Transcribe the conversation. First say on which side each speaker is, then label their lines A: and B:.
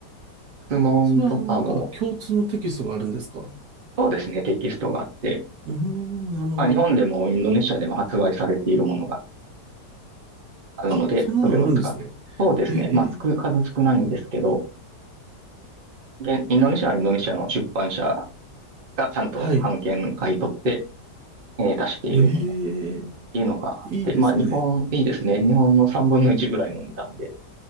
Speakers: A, on the right; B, on the right.
A: 質問とかも、
B: それは、あの、なんか、共通のテキストがあるんですか
A: そうですね、テキストがあって、
B: うーん、なるほど。
A: まあ、日本でもインドネシアでも発売されているものがあるので、
B: あ、そんなのあるんですね。
A: それを使って、そうですね。
B: へえ、
A: まあ、少数少ないんですけど、現インドネシアはインドネシアの出版社がちゃんと版権買い取って、
B: はい。
A: えー出しているもの
B: へえ、
A: いうのがあって、
B: いいですね。
A: まあ、日本、いいですね。日本の3分の1ぐらいの値段で。